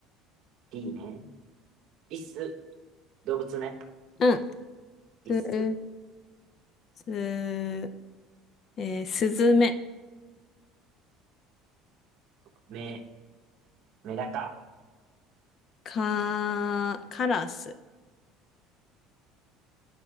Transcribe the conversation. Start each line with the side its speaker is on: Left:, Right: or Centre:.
Right: D ね。リス、動物ね。
Left: うん。
Right: リス、
Left: す、す、えー、すずめ、
Right: メ、メダカ、
Left: か、カラス。